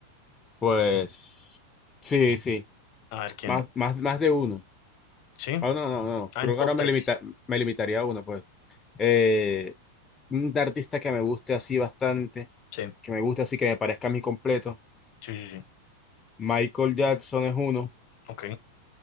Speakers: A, on the left; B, on the left.
A: Pues sí, sí,
B: A ver quién.
A: más, más, más de uno.
B: ¿Sí?
A: Ah, no, no, no,
B: Ah,
A: creo
B: en
A: que
B: top
A: ahora me
B: tres
A: limita, me limitaría a uno, pues. Eh, un artista que me guste así bastante,
B: Sí,
A: que me guste así, que me parezca a mí completo.
B: sí, sí, sí.
A: Michael Jackson es uno.
B: Ok.